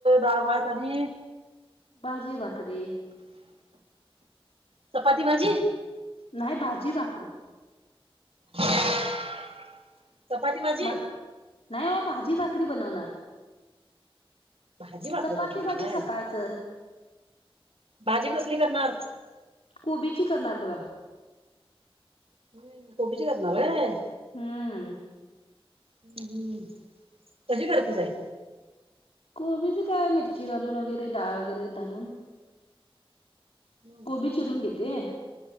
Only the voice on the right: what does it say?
डाव भात आणि-
चपाती भाजी.
<inaudible> चपाती भाजी
भाजी भाकरी
बनवणार
काय
भाजी कसली करणार.
हम्म कोबीची करणार हाय.
हम्म कशी करतीच आहे.
हम्म